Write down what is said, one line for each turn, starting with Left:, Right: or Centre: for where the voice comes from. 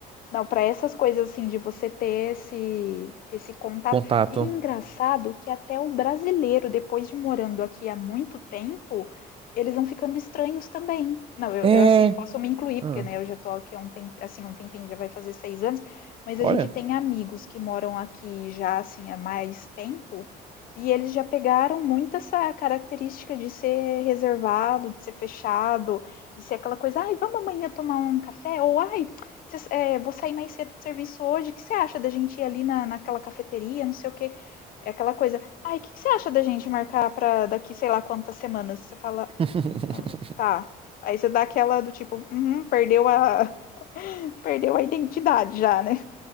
Left: Não, para essas coisas assim de você ter esse esse contato.
Right: contato.
Left: E engraçado que até o brasileiro, depois de morando aqui há muito tempo, eles vão ficando estranhos também. Não, eu,
Right: É.
Left: eu, assim, eu posso me incluir,
Right: Ah,
Left: porque né, eu já tô aqui há um tempo, assim, um tempinho, já vai fazer seis anos, mas a
Right: olha.
Left: gente tem amigos que moram aqui já assim há mais tempo, e eles já pegaram muito essa característica de ser reservado, de ser fechado, de ser aquela coisa, ai, vamos amanhã tomar um café, ou ai, Cês eh, "Vou sair mais cedo do serviço hoje, o que você acha da gente ir ali na naquela cafeteria, não sei o quê?" É aquela coisa: "Ai, o que que você acha da gente marcar pra daqui sei lá quantas semanas?" Você fala:
Right: <laughs>
Left: "Ah, "Tá." Aí você dá aquela do tipo: "Uhum, perdeu a <laughs> perdeu a identidade já, né?"